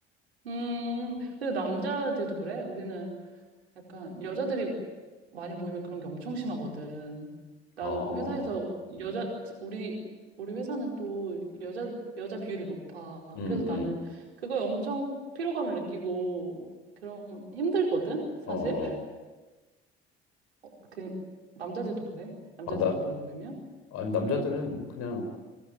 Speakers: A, on the right; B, on the left.
A: 음, 근데 남자들도 그래? 우리는 약간 여자들이 많이 모이면 그런 게 엄청 심하거든. 나도
B: 어,
A: 회사에서 여자 우리 우리 회사는 또 여자 여자 비율이 높아.
B: 음,
A: 그래서
B: 음,
A: 나는 그걸 엄청 피로감을 느끼고 그런 힘들거든, 사실.
B: 어, 어.
A: 어, 그 남자들도 그래. 남자들도
B: 아, 나,
A: 모이면
B: 아니, 남자들은 그냥